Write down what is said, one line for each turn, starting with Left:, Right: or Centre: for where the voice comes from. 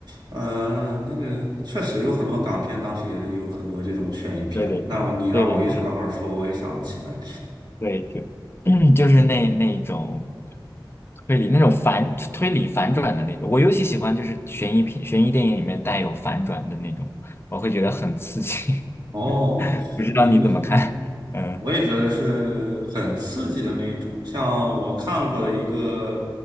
Right: 呃，那个确实有很多港片，当时也是有很多这种悬疑片。
Left: 对对对对对对。
Right: 那我你让我一时半会儿说，我也想不起来。
Left: 对，就 <clears throat> 就是那那种推理，那种反推理反转的那种。我尤其喜欢就是悬疑片、悬疑电影里面带有反转的那种，我会觉得很刺激。
Right: 哦，
Left: <laughs> 不知道你怎么看？
Right: 你你。
Left: 嗯
Right: 我也觉得是很刺激的那种。像我看过的一个，